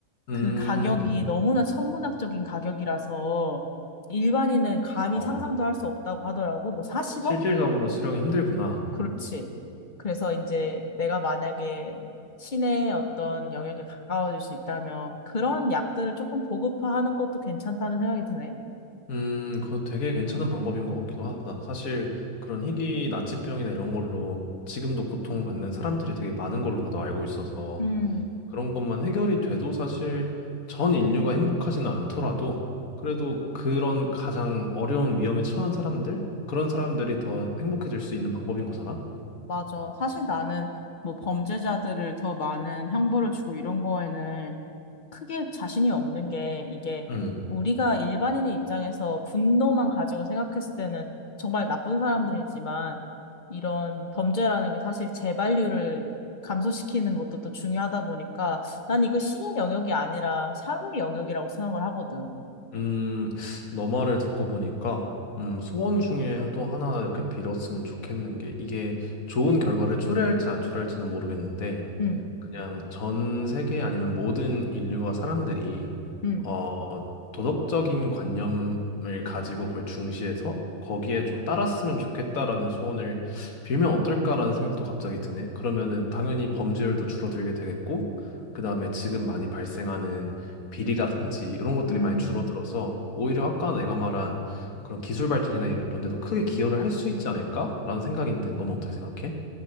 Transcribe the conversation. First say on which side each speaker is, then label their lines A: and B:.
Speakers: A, on the left; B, on the left.
A: 음.
B: 그 가격이 너무나 천문학적인 가격이라서 일반인은 감히
A: 어.
B: 상상도 할 수 없다고 하더라고. 뭐 40억?
A: 실질적으로 수령이 힘들구나.
B: 그렇지. 그래서 이제 내가 만약에 시내 어떤 영역에 가까워질 수 있다면 그런 약들을 조금 보급화하는 것도 괜찮다는 생각이 드네.
A: 음, 그거 되게 괜찮은 방법인 것 같기도 하다. 사실 그런 희귀 난치병이나 이런 걸로 지금도 고통받는 사람들이 되게 많은 걸로 나도 알고 있어서
B: 음,
A: 그런 것만 해결이 돼도 사실 전 인류가 행복하지는 않더라도 그래도 그런 가장 어려운 위험에 처한 사람들, 그런 사람들이 더 행복해질 수 있는 방법인 거잖아.
B: 맞아. 사실 나는 뭐 범죄자들을 더 많은 형벌을 주고 이런 거에는 크게 자신이 없는 게 이게
A: 음,
B: 우리가 일반인의 입장에서 분노만 가지고 생각했을 때는 정말 나쁜 사람들이지만 이런 범죄라는 게 사실 재발률을 감소시키는 것도 또 중요하다 보니까 난 이거 신의 영역이 아니라 사회 영역이라고 생각을 하거든.
A: 음, 너 말을 듣고 보니까 음, 소원 중에 또 하나 이렇게 빌었으면 좋겠는 게 이게 좋은 결과를 초래할지 안 초래할지는 모르겠는데
B: 응,
A: 그냥 전 세계 아니면 모든 인류와 사람들이
B: 응,
A: 어, 도덕적인 관념을 가지고 그걸 중시해서 거기에 좀 따랐으면 좋겠다라는 소원을 빌면 어떨까라는 생각도 갑자기 드네. 그러면은 당연히 범죄율도 줄어들게 되겠고, 그다음에 지금 많이 발생하는 비리라든지 이런 것들이
B: 음.
A: 많이 줄어들어서 오히려 아까 내가 말한 그런 기술 발전이나 이런 데도 크게 기여를 할 수 있지 않을까라는 생각인데 너는 어떻게 생각해?